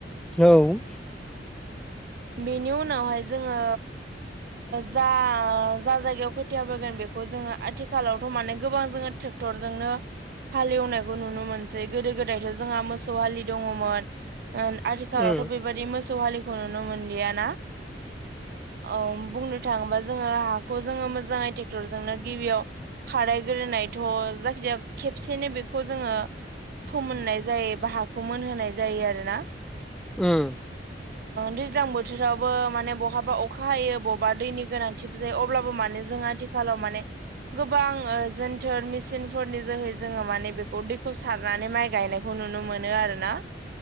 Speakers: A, in the centre; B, on the right (about 55°).
A: औ
B: बेनि उनावहाय जोङो जा जा जायगायाव खोथिया फोगोन बेखौ बे खौ जोङो आथिखालावथ' माने गोबां जोङो ट्रेक्टरजोंनो हालेवनायखौ नुनो मोनसै गोदो गोदायथ' जोंहा मोसौ हालि दङमोन आथिखालावथ'
A: औ
B: बेबायाददि मोसौ हालिखौ नुनो मोनलियाना औ बुंनो थाङोबा जोङो हाखौ जोङो मोजाङै ट्रेक्टरजोंनो गिबियाव खाराय ग्रोनायथ' जायखिजाया खेबसेनो बेखौ जोङो फोमोननाय जायो बा हाखौ मोनहोनाय जायो आरोना
A: ओम
B: दैज्लां बोथोरावबो माने बहाबा अखा हायो बहाबा दैनि गोनांथि जायो अब्लाबो माने जों आथिखालाव माने गोबां जोनथोर मेसिनफोरनि जोहै जोङो माने बेखौ दैखौ सारनानै माइ गायनायखौ खौ नुनो मोनो आरोना।